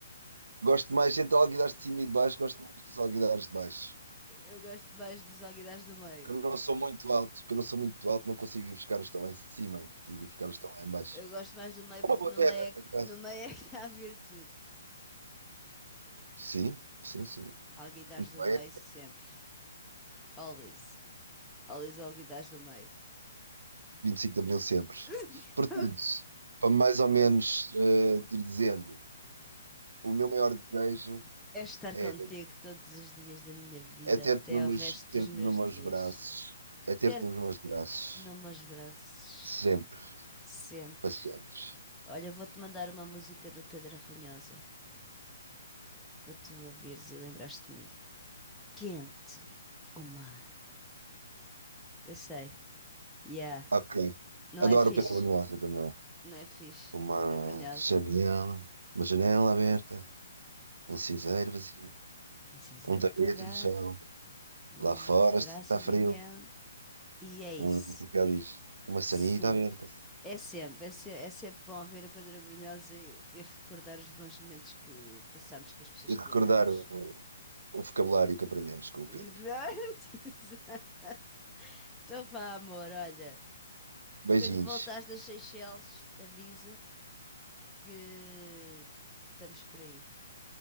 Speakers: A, on the right; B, in the centre.
A: Gosto mais entre alguidares de cima e de baixo, gosto muito dos alguidares de baixo.
B: Eu gosto mais dos alguidares do meio.
A: Que eu não sou muito alto, que eu não sou muito alto, não consigo ir buscar os que estão lá em cima, consigo ir buscar os que estão lá em baixo.
B: Eu gosto mais do meio
A: É
B: porque
A: uma boa
B: no
A: terra,
B: meio
A: por
B: é,
A: acaso.
B: no meio é que há virtude.
A: Sim, sim, sim.
B: Alguidares
A: Muito
B: do
A: bem,
B: meio
A: é
B: sempre. Always. Always alguidares do meio.
A: 25 de Abril sempre.
B: <laughs>
A: Portanto, para mais ou menos eh, ir dizendo, o meu maior desejo
B: É estar
A: é
B: contigo todos os dias da minha vida,
A: É ter-te
B: até
A: nos
B: o
A: meus,
B: resto
A: ter-te
B: dos meus
A: nos meus
B: dias.
A: braços. É ter-te
B: Ter-te
A: nos meus braços.
B: nos meus braços.
A: Sempre,
B: Sempre.
A: para sempre.
B: Olha, vou-te mandar uma música do Pedro Arronhosa. para tu ouvires e lembrar-te de mim. Quente, o mar. Eu sei. Yeah.
A: Ok.
B: Não
A: Adoro
B: é fixe.
A: Pedro Brunhosa também.
B: Não é fixe.
A: Uma
B: Pedra Brunhosa.
A: janela, uma janela aberta, um cinzeiro
B: Um,
A: vazio,
B: um cinzeiro
A: um tapete
B: apagado,
A: no chão.
B: um
A: Lá fora
B: traço
A: está frio,
B: de avião. E é isso.
A: um papel higiênico, uma sanita
B: Sim.
A: aberta.
B: É sempre, é se- é sempre bom ver a Pedra Brunhosa e, e recordar os bons momentos que passámos com as pessoas
A: E
B: que
A: recordar
B: amamos.
A: o, o vocabulário que aprendemos com o
B: Exato,
A: Pedro.
B: <laughs> exato. Então vá, amor, olha.
A: Beijinhos.
B: Quando voltares das Seychelles, avisa que estamos por aí,